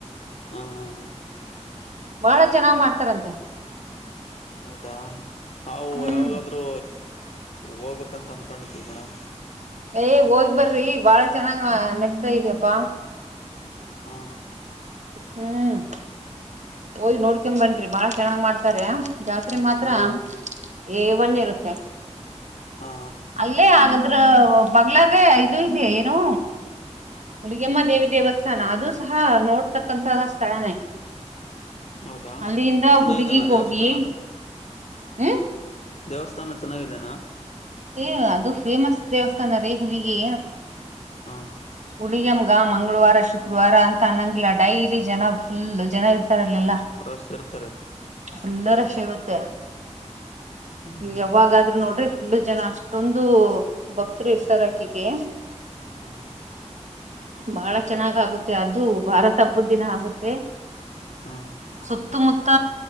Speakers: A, on the left; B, on the right.
A: ಹ್ ಹ್ ಹ್
B: ಬಹಳ ಚೆನ್ನಾಗ್ ಮಾಡ್ತಾರಂತೆ
A: ಹೌದಾ ನಾವು
B: ಹ್ಮ್
A: ಯಾವಾಗಾದರೂ ಹೋಗ್ಬೇಕಂತ ಅನ್ಕೊಂಡಿದೀವಿ ಮೇಡಮ್
B: ಏ ಹೋಗ್ ಬರ್ರಿ ಬಾಳ ಚೆನ್ನಾಗ್ ನಡಿತ್ತಾ ಇದೆಪ್ಪಾ
A: ಹಾ
B: ಹ್ಮ್ ಹೋಗಿ ನೋಡ್ಕ ಬನ್ರೀ ಬಾಳ ಚೆನ್ನಾಗ್ ಮಾಡ್ತಾರ ಜಾತ್ರೆ ಮಾತ್ರ
A: ಹ
B: ಏ ಒನ್ ಇರುತ್ತೆ.
A: ಹಾ
B: ಅಲ್ಲೇ ಹಾಗದ್ರೆ ಬಗ್ಗಲಾಗ ಇದು ಇದೆ ಏನೂ. ಹುಲಿಗೆಮ್ಮ ದೇವಿ ದೇವಸ್ಥಾನ ಅದೂ ಸಹ ನೋಡ್ತಕ್ಕಂತ ಸ್ಥಳಾನೇ
A: ಹೌದಾ
B: ಅಲ್ಲಿಂದ
A: ಚೆನ್ನಾಗಿದ್ದಾನ
B: ಹುಲಿಗಿಗ್ ಹೋಗಿ
A: ದೇವಸ್ಥಾನ ಅದು
B: ಹ್ಮ್
A: ದೇವಸ್ಥಾನ ಚೆನ್ನಾಗಿದೆೇನಾ.
B: ಏ ಅದು ಫೇಮಸ್ ದೇವಸ್ಥಾನ ರೀ ಹುಲಿಗಿ.
A: ಹ್ಮ್
B: ಹುಳಗಮ್ಮಗ ಮಂಗಳವಾರ ಶುಕ್ರವಾರ ಅಂತ ಅನ್ನಂಗಿಲ್ಲ ಡೈಲಿ ಜನ ಹ್ಮ ಜನ ಇರ್ತಾರ ಇಲ್ಲೆಲ್ಲಾ
A: ರಶ್ ಇರ್ತಾರೆ.
B: ಫುಲ್ಲ ರಶ್ ಇರುತ್ತೆ ನೀವು
A: ಹ
B: ಯಾವಾಗಾದ್ರೂ ನೋಡ್ರಿ ಫುಲ್ ಜನ ಅಷ್ಟೊಂದು ಭಕ್ತರು ಇರ್ತಾರೆ ಆಕಿಗೆ.
A: ಹ್ಮ್
B: ಬಾಳ ಚೆನ್ನಾಗ್ ಆಗುತ್ತೆ ಅದು ಭಾರ ತಪ್ಪದ ದಿನ ಆಗುತ್ತೆ.
A: ಹಾ
B: ಸುತ್ತಮುತ್ತ